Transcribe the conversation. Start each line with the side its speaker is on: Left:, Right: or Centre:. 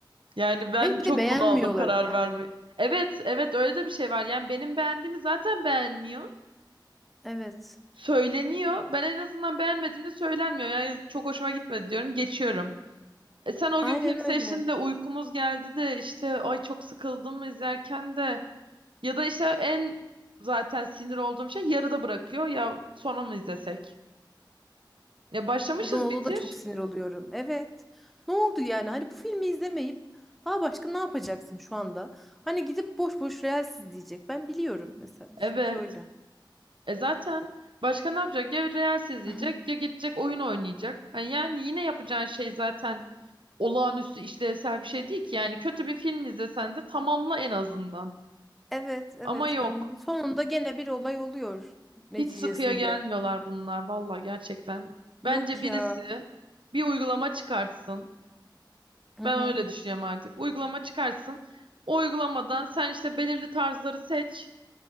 Right: Yani
Centre: Hayır
Right: ben
Centre: bir
Right: çok
Centre: de beğenmiyorlar
Right: bunaldım karar
Centre: hani.
Right: verme. Evet, evet öyle de bir şey var. Yani benim beğendiğimi zaten beğenmiyor.
Centre: Evet.
Right: Söyleniyor. Ben en azından beğenmediğimde söylenmiyor. Yani çok hoşuma gitmedi diyorum. Geçiyorum. E sen o
Centre: Aynen
Right: gün film seçtin
Centre: öyle.
Right: de uykumuz geldi de işte ay çok sıkıldım izlerken de ya da işte en zaten sinir olduğum şey yarıda bırakıyor ya sonra mı izlesek? Ya başlamışız
Centre: Odan Oda
Right: bitir.
Centre: da çok sinir oluyorum. Evet. Ne oldu yani? Hani bu filmi izlemeyip daha başka ne yapacaksın şu anda? Hani gidip boş boş Reels izleyecek. Ben biliyorum mesela bizimki
Right: Evet.
Centre: öyle.
Right: E zaten başka ne yapacak? Ya Reels izleyecek
Centre: <laughs>
Right: ya gidecek oyun oynayacak. Ha Yani yine yapacağın şey zaten olağanüstü işlevsel bir şey değil ki. Yani kötü bir film izlesen de tamamla en azından.
Centre: Evet, evet.
Right: Ama yok.
Centre: Hani sonunda gene bir olay oluyor neticesinde.
Right: Hiç sıkıya gelmiyorlar bunlar valla gerçekten.
Centre: Yok
Right: Bence birisi
Centre: ya.
Right: bir uygulama çıkartsın.
Centre: Hı
Right: Ben
Centre: hı.
Right: öyle düşünüyorum artık. Uygulama çıkartsın. O uygulamadan sen işte belirli tarzları seç.